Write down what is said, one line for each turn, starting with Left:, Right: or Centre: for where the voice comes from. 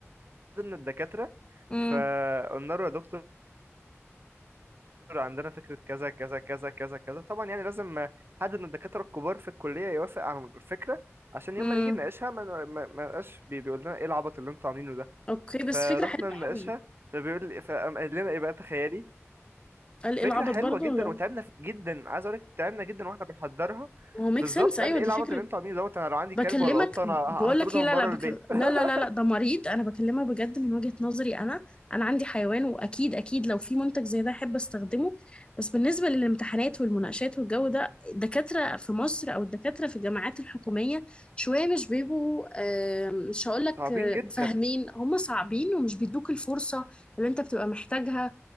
Right: من الدكاتره
Left: امم
Right: فقلنا له يا دكتور عندنا فكره كذا كذا كذا كذا كذا طبعا يعني لازم آه، حد من الدكاتره الكبار في الكليه يوافق على الفكره عشان
Left: امم
Right: يوم ما نيجي نناقشها ما ما ما نبقاش بي- بيقول لنا ايه العبط اللي انتوا عاملينه ده
Left: أوكي
Right: فرحنا
Left: بس فكرة حلوة
Right: نناقشها
Left: قوي
Right: فبيقول لي فقام قال لنا ايه بقى تخيلي
Left: قال
Right: فكره
Left: إيه العبط
Right: حلوه
Left: برضه
Right: جدا
Left: ولا إيه؟
Right: وتعبنا في- جدا عايز اقول لك تعبنا جدا واحنا بنحضرها
Left: ما هو ميك
Right: بالظبط
Left: سنس أيوه
Right: قال ايه
Left: دي
Right: العبط
Left: فكرة
Right: اللي انتوا عاملينه دوت انا لو عندي
Left: بكلمك
Right: كلب ولا قطه انا
Left: بقول
Right: ه- هطردهم
Left: لك ايه لا
Right: بره
Left: لا بكل...
Right: البيت <laughs>
Left: لا لا لا لا ده مريض انا بكلمك بجد من وجهة نظري انا انا عندي حيوان واكيد اكيد لو في منتج زي ده احب استخدمه بس بالنسبة للامتحانات والمناقشات والجو ده الدكاترة في مصر او الدكاترة في الجامعات الحكومية شوية مش بيبقوا آه، مش هقول لك
Right: صعبين
Left: آه،
Right: جدا
Left: فاهمين هم صعبين ومش بيدوك الفرصة اللي انت بتبقى محتاجها